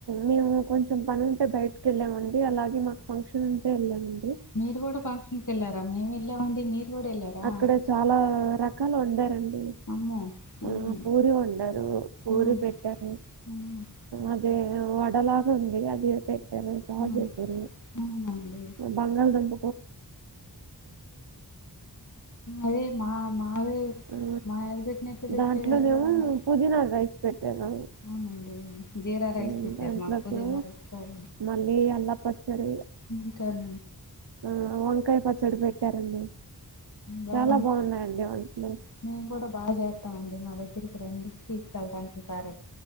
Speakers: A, on the right (about 80°); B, on the left (about 50°).
A: మేము కొంచెం పని ఉంటే బయటకు వెళ్ళామం అలాగే మాకు ఫంక్షన్ ఉంటే వెళ్దామండి
B: మీరు కూడా ఫంక్షన్కి వెళ్ళారా మేము వెళ్ళామండి మీరు కూడా వెళ్ళారా
A: అక్కడ చాలా రకాలు వండారండి
B: అమ్మో ఉమ్
A: ఆ పూరి వండారు పూరి
B: ఉమ్
A: పెట్టారు
B: ఉమ్
A: అదే వడలాగా ఉంద వెడి అది పెట్టారు బా
B: ఉమ్
A: చేసారు
B: అవునండి
A: బంగాళ దంప
B: అదే మా మావి
A: ఆ,
B: మాయర్ పెట్టిన నట్టు పెట్టరు
A: దాంట్లోనేమో
B: కదండి
A: పుదీనా రైస్ పెట్టారు
B: అవునండి జీరా రైస్
A: ఉమ్,
B: పెట్టారు
A: దాంట్లోకేమో
B: మాకు పుదీనా రైస్ పోం
A: మళ్ళీ అల్ల పచ్చడి
B: ఇంకార్న్
A: ఆ వంకాయ పచ్చడి పెట్టారండి
B: బాగుంది
A: చాలా బాగున్నాయండి వంట్లు
B: మేము కూడా బాగా చేస్తామ అండి మా దగ్గరికి రండి తీసుకెల్తా ఈసారి